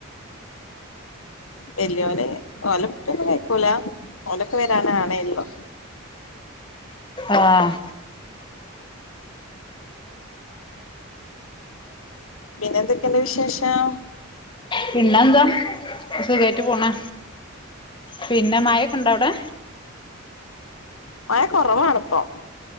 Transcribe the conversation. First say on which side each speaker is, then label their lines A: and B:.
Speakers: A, on the left; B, on the left.
A: വല്യോന്, ഓന് ഇപ്പൊന്നും കഴിക്കൂല ഓനൊക്കെ വരാനാണേള്ളൂ
B: ആഹ്
A: പിന്നെ എന്തൊക്കെയുണ്ട് വിശേഷം?
B: പിന്നെന്താ സുഖായിട്ട് പോണ് പിന്നെ മഴെക്കെണ്ടാവടെ
A: മഴ കൊറവാണിപ്പം